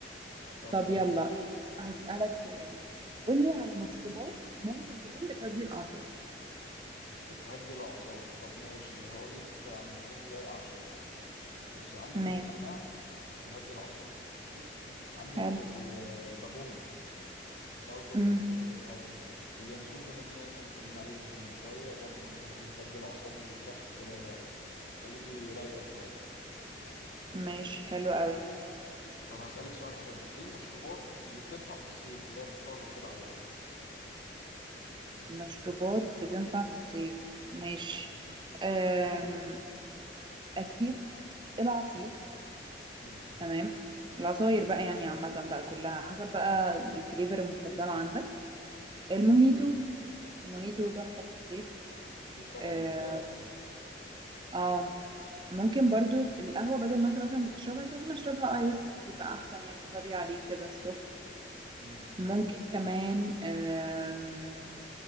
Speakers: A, on the left (about 60°); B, on the right (about 25°).
A: طب
B: طب
A: ماشي
B: يلا هسألك سؤال قولي على مشروبات ممكن تكون بتهدي الأعصاب
A: بتهدي الأعصاب طب ماشي هقول لك عن الحاجات اللي هي الأعشاب بصي عندك
B: ماشي
A: النعناع بيهدي الأعصاب ماشي عندك
B: حلو
A: ال- البابونج برضه
B: امم
A: من الحاجات اللي بتهدي واليانسون بما إننا لسه متكلمين عليه بالشو من شوية برضه من الحاجات اللي بتهدي الأعصاب وبترخي كده تخليكي رايقة شوية
B: ماشي حلو قوي
A: طب هسألك سؤال حلو إيه المشروبات اللي بتنفع في الصيف اللي هي بتطري كده على الواحد
B: مشروبات بتنفع في الصيف ماشي أم... اكيد العصير
A: امم
B: تمام العصاير بقى يعني عامة بقى كلها حسب بقى الفليفر المفضلة عندك
A: امم
B: الموهيتو موهيتو تحفة في الصيف
A: أكيد طبعا
B: اه
A: بتسقع كده
B: آه. ممكن برضو القهوة بدل ما انت مثلا بتشربها سخنة اشربها ايس يبقى احسن يعني طري عليك كده الصبح
A: امم
B: ممكن كمان آم،